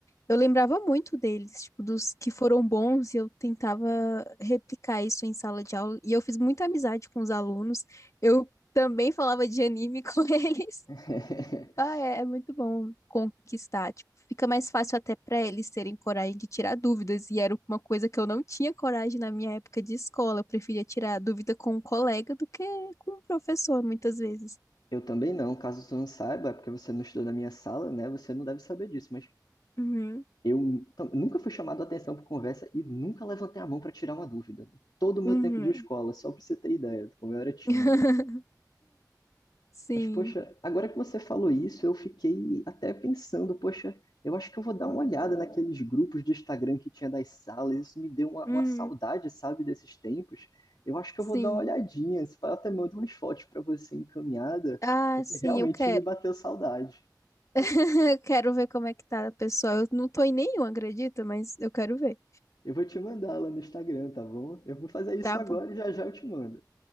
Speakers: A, on the left (about 45°); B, on the left (about 75°).
A: Eu lembrava muito deles, tipo, dos que foram bons, e eu tentava replicar isso em sala de aula. E eu fiz muita amizade com os alunos. Eu também falava de anime <laughs> com eles.
B: <laughs>
A: Ah, é, é muito bom conquistar. Tipo, fica mais fácil até para eles terem coragem de tirar dúvidas. E era uma coisa que eu não tinha coragem na minha época de escola. Eu preferia tirar dúvida com um colega do que com um professor, muitas vezes.
B: Eu também não, caso tu não saiba, é porque você não estudou na minha sala, né? Você não deve saber disso, mas
A: Uhum,
B: eu nunca fui chamado a atenção por conversa e nunca levantei a mão para tirar uma dúvida. Todo o meu
A: uhum.
B: tempo de escola, só para você ter ideia de como eu era tímido.
A: <laughs> Sim,
B: Mas, poxa, agora que você falou isso, eu fiquei até pensando, poxa, eu acho que eu vou dar uma olhada naqueles grupos de Instagram que tinha das salas, isso me deu uma,
A: uhum,
B: uma saudade, sabe, desses tempos. Eu acho que
A: sim.
B: eu vou dar uma olhadinha, se pá, eu até mando umas fotos para você encaminhada,
A: Ah,
B: porque
A: sim,
B: realmente
A: eu quero.
B: me bateu saudade.
A: <laughs> Eu quero ver como é que tá, pessoal. Eu não tô em nenhum, acredita? Mas eu quero ver.
B: Eu vou te mandar lá no Instagram, tá bom? Eu vou fazer isso
A: Tá
B: agora
A: bom.
B: e já já eu te mando.